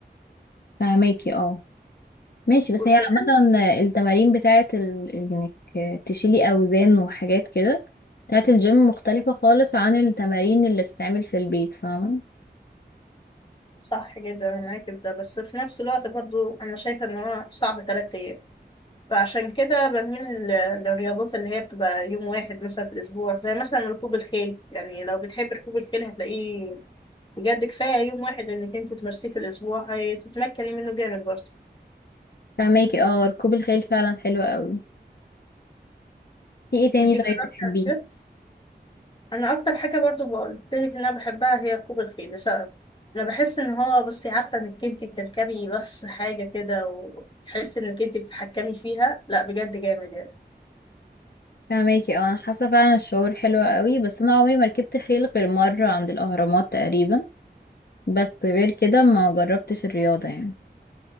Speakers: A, on the left; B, on the left.
A: فهماكي اه ماشي بس
B: وكمان
A: هي عامة التمارين بتاعت ال... إنك تشيلي أوزان وحاجات كده بتاعت الجيم مختلفة خالص عن التمارين اللي بتتعمل في البيت فاهمة
B: صح جدا أنا معاكي في ده بس في نفس الوقت برضو أنا شايفة إن هو صعب تلات أيام فعشان كده بميل ل- للرياضات اللي هي بتبقى يوم واحد مثلا في الأسبوع زي مثلا ركوب الخيل يعني لو بتحب ركوب الخيل هتلاقيه بجد كفاية يوم واحد انك انت تمارسيه في الاسبوع هتتمكني منه جامد برضه
A: فهماكي اه ركوب الخيل فعلا حلو قوي في ايه تاني
B: انت جربتي
A: طيب بتحبيه
B: قبل كده انا اكتر حاجة برضه قلتلك ان انا بحبها هي ركوب الخيل لسبب انا بحس ان هو بصي عارفة انك انت تركبي بس حاجة كده وتحسي انك انت بتتحكمي فيها لا بجد جامد يعني
A: فهماكي اه انا حاسه فعلا الشعور حلو قوي بس انا عمري ما ركبت خيل غير مره عند الاهرامات تقريبا بس غير كده ما جربتش الرياضه يعني